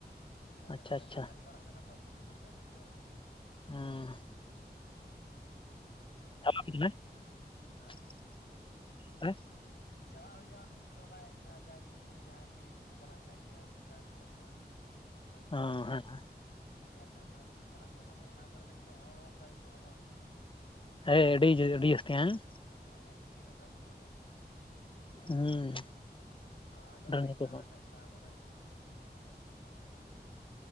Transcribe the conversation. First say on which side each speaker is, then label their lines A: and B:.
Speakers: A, on the left; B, on the left.
A: ᱟᱨ
B: ᱟᱪᱪᱷᱟ
A: ᱱᱤᱛᱚᱜ ᱫᱚᱭ
B: ᱟᱪᱪᱷᱟ
A: ᱞᱮᱯᱷᱟᱨᱤ ᱵᱟᱲᱟᱜ ᱠᱟᱱᱟ ᱛᱚ ᱯᱚᱨᱤᱢᱟᱞ ᱛᱟᱭ ᱱᱩᱛᱩᱢ
B: <unintelligible>
A: <unintelligible>
B: <inaudible>
A: <unintelligible>
B: <inaudible>
A: ᱪᱟᱞᱟᱜ ᱦᱩᱭᱩᱜᱼᱟ ᱢᱤᱫ ᱴᱳᱴᱳ ᱜᱟᱡ ᱡᱟᱜᱮ ᱡᱩᱫᱤ ᱡᱟᱦᱟᱸᱭ ᱯᱷᱤᱨᱤ ᱛᱮᱠᱚ ᱪᱟᱞᱟᱜ ᱠᱷᱟᱱ ᱤᱭᱟᱹ ᱡᱟᱦᱟᱸᱭ ᱵᱷᱚᱜᱚᱛ ᱦᱚᱲ ᱵᱷᱚᱡᱽ
B: <unintelligible>
A: ᱡᱚᱢ ᱟᱹᱰᱤ ᱟᱸᱴ ᱱᱟᱹ ᱠᱚᱨᱮ ᱢᱟᱠᱚ ᱪᱟᱞᱟᱜ ᱠᱟᱱᱟ ᱟᱫᱚ ᱚᱱᱟ ᱠᱚᱨᱮ ᱫᱚ ᱠᱤᱱᱛᱩ ᱦᱚᱲ ᱦᱚᱸ ᱚᱱᱠᱟ ᱜᱮᱠᱚ ᱦᱚᱲᱚᱜᱼᱟ᱾
B: <unintelligible> ᱟᱹᱰᱤ ᱟᱹᱰᱤ ᱡᱟᱹᱥᱛᱤ ᱦᱮᱸ,
A: ᱦᱮᱸ ᱟᱹᱰᱤ ᱨᱟᱸᱜᱟᱣ ᱠᱚ ᱦᱚᱲᱚᱜᱼᱟ᱾
B: ᱦᱩᱸ
A: ᱟᱫᱚ
B: ᱰᱟᱹᱝᱨᱤ
A: ᱯᱟᱭᱥᱟ
B: ᱠᱚᱦᱚᱸ
A: ᱦᱚᱸᱭ ᱯᱟᱭᱥᱟᱣᱟᱠᱟᱫᱟ ᱪᱮᱜ ᱟᱨ ᱩᱱᱤ ᱴᱷᱮᱜ ᱫᱚ ᱯᱟᱭᱥᱟ ᱠᱚᱢ ᱢᱮᱱᱟ ᱥᱮ ᱪᱮᱫ?